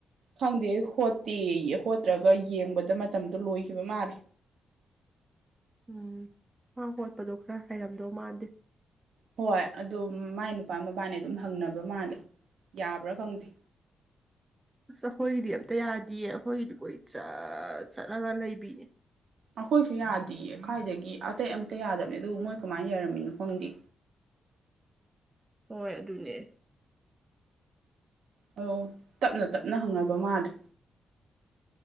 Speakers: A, on the right; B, on the right.
A: ꯈꯪꯗꯦ ꯍꯣꯠꯇꯦꯌꯦ ꯍꯣꯠꯇ꯭ꯔꯒ ꯌꯦꯡꯕꯗ ꯃꯇꯝꯗꯣ ꯂꯣꯏꯈꯤꯕ ꯃꯥꯂꯦ
B: ꯎꯝ ꯃꯥ ꯍꯣꯠꯄꯗꯣ ꯈꯔ ꯍꯩꯔꯝꯗꯧ ꯃꯥꯥꯟꯗꯦ
A: ꯍꯣꯏ ꯑꯗꯨ ꯃꯥꯏ ꯅꯨꯄꯥ ꯃꯕꯥꯅꯤ ꯑꯗꯨꯝ ꯍꯪꯅꯕ ꯃꯥꯜꯂꯦ ꯌꯥꯕ꯭ꯔꯥ ꯈꯪꯗꯦ
B: ꯑꯁ ꯑꯈꯣꯏꯒꯤꯗꯤ ꯑꯝꯇ ꯌꯥꯗꯤꯌꯦ ꯑꯈꯣꯏꯒꯤꯗꯤ ꯀꯣꯏ ꯆꯠ ꯆꯠꯂꯒ ꯂꯩꯕꯤꯅꯤ
A: ꯑꯈꯣꯏꯁꯨ ꯌꯥꯗꯤꯌ‌ꯦ ꯀꯥꯏꯗꯒꯤ ꯑꯇꯩ ꯑꯝꯇ ꯌꯥꯗꯕꯅꯦ ꯑꯗꯨꯒ ꯃꯣꯏ ꯀꯃꯥꯏꯟ ꯌꯔꯝꯃꯤꯅꯣ ꯈꯪꯗꯦ
B: ꯍꯣꯏ ꯑꯗꯨꯅꯦ
A: ꯑꯣ ꯇꯞꯅ ꯇꯞꯅ ꯍꯪꯅꯕ ꯃꯥꯜꯂꯦ